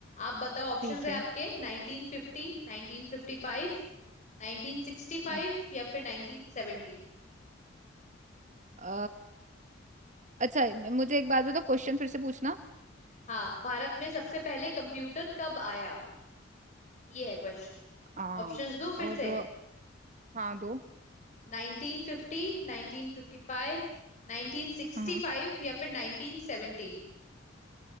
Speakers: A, on the left; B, on the right.
A: आप बताओ ऑप्शंस
B: ठीक
A: है
B: है
A: आपके 1950 1955 1965
B: अ-
A: या फिर 1970
B: अ, अच्छा मुझे एक बात बताओ क्वेश्चन फिर से पूछना
A: हाँ भारत में सबसे पहले कंप्यूटर कब आया ये है क्वेश्चन
B: आ,
A: ऑप्शंस दो फिर
B: और
A: से
B: हाँ दो
A: 1950 1955 1965
B: हाँ हाँ।
A: या फिर 1970